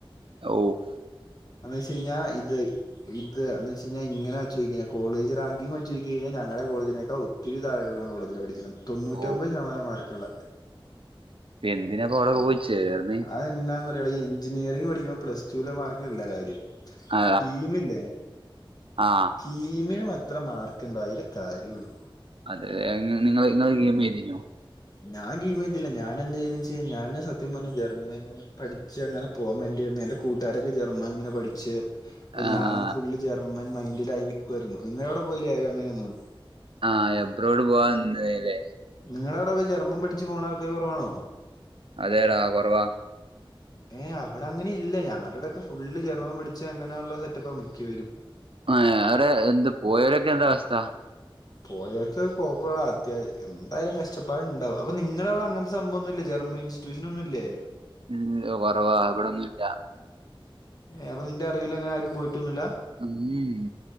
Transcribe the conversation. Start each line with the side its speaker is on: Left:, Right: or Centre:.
Right: ഔ
Left: എന്നോയ്ച്ച് കഴിഞ്ഞാ ഇത് ഇത് എന്ന് വെച്ചഴിഞ്ഞാ ഇങ്ങനെ <unintelligible> കോളേജ്റാങ്കിങ് വച്ച് ക്കഴിഞ്ഞാ ഞങ്ങളെ കോളേജിനെക്കാ ഒ <unintelligible> കോളേജിലാ പഠിക്ണം തൊണ്ണൂറ്റി
Right: ഓ
Left: ഒമ്പത് ശതമാനം മാർക്ക്ള്ളെ
Right: എന്തിനാ പ്പ ഔടെ പോയി ചേർന്നെ
Left: അതെന്നാ അറിയോ ഈ എഞ്ചിനീയറിഗ് പഠിക്കാം പ്ലസ്ടു ലെ മാർക്കല്ല കാര്യം
Right: ആ
Left: കീമ് ല്ലേ
Right: ആ
Left: കീമിന് മത്ര മാർ ണ്ടോ അയ്ലെ കാര്യള്ളൂ
Right: അല്ല നിങ്ങള് ഇഎമ്മെ എഴുതിനോ?
Left: ഞാൻ കീമോയ്തില്ല ഞാൻ എന്നാ ചെയ്തോയ്ച്ച് കഴിഞ്ഞാ ഞാന് സത്യം പറഞ്ഞ ജർമൻ പഠിച്ച് അങ്ങനെ പോമന്റ് <unintelligible> എന്റെ കൂട്ടുകാരൊക്കെ ജർമ്മ ഇങ്ങനെ പഠിച്ച് അപ്പൊ
Right: ആ
Left: ഞാൻ
Right: ആ
Left: ഫുള്ള് ജർമ്മൻ മൈന്റിലായി നിക്കുവായിരുന്നു നിങ്ങളെ ഔടെ പോയില്ലെ ആരും അങ്ങനൊന്നും
Right: ആഹ് എബ്രോഡ് പോവാ നിന്നതെലെ?
Left: നിങ്ങൾടെ അവിടെ ഒക്കെ ജർമ്മൻ പടിച്ച് പോണ ആൾക്കാര് കോറവാണോ?
Right: അതെ ടാ കോറവാ
Left: ഏഹ് അവിടെ അങ്ങനെ ഇല്ലെ ഞങ്ങളെ ഇവിടൊക്കെ ഫുള്ള് ജർമ്മൻ പഠിച്ച അങ്ങനെയുള്ള സെറ്റപ്പ മിക്ക വരും
Right: ഏഹ് അവരെ എന്ത്‌ പോയവരൊക്കെ എന്താ അവസ്ഥ?
Left: പോയവർക്കൊക്കെ കോഴപ്പല്ല ടാ അത്യാവശ്യം എന്തായാലും കഷ്ടപാട് ഇണ്ടാവും അപ്പൊ നിങ്ങളെ അവിടെ അങ്ങൻത്തെ സംഭവൊന്നുല്ല ജർമ്മൻ ഇൻസ്റ്റിറ്റ്യൂഷൻ ഒന്നുല്ലേ?
Right: ഉം കോറവാ ഇവിടൊന്നുല്ല
Left: ഏഹ് അപ്പ നിന്റെ അറിവില് അങ്ങനെ ആരും പോയിട്ടൊന്നുല്ല.
Right: <unintelligible>